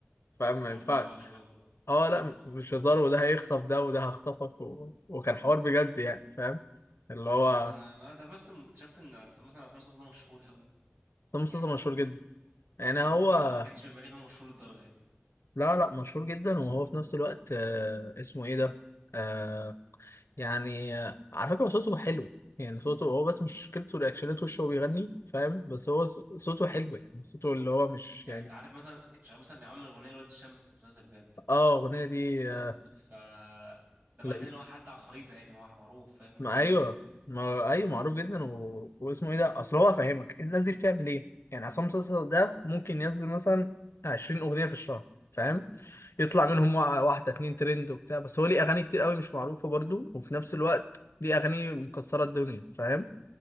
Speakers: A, on the left (about 75°); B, on the right (about 40°).
A: فاهم
B: كبرت
A: ما ينفعش
B: الموضوع يا شباب والله
A: اه
B: كبرت
A: لا م-
B: الموضوع
A: مش هزار وده هيخطف ده وده هخطفك و... وكان حوار بجد يعني فاهم اللي هو
B: بس انت انا أنا بس شفت ان عصام- مثلا عصام صاصا ده مشهور قوي
A: عصام
B: يعني
A: صوصه مشهور جدا يعني هو
B: اللي هو ما كانش في دماغي ان هو مشهور للدرجه يعني
A: لا لا مشهور جدا وهو في نفس الوقت آه، اسمه ايه ده آه، يعني آه، على فكرة هو صوته حلو يعني صوته هو بس مش مشكلته رياكشنات وشه وهو بيغني فاهم بس هو ص- صوته حلو يعني صوته اللي هو مش
B: يعني
A: يعني
B: انت عارف مثلا كان شغال مثلا عامل اغنيه لواد الشمس في المسلسل اللي فات
A: اه الأغنية دي
B: آه،
A: آه،
B: ف ده معنى
A: لذ-
B: كده ان هو حد على الخريطه يعني هو معروف فاهم والناس
A: ما أيوه
B: بتجيبه
A: ما
B: كده.
A: أيوه معروف جدا و... واسمه إيه ده أصل هو فاهمك الناس دي بتعمل إيه يعني عصام صاصا ده ممكن ينزل مثلا 20 أغنية في الشهر فاهم يطلع منهم وا- واحدة اتنين ترند وبتاع بس هو ليه أغاني كتير قوي مش معروفة برضو وفي نفس الوقت ليه أغاني مكسرة الدنيا فاهم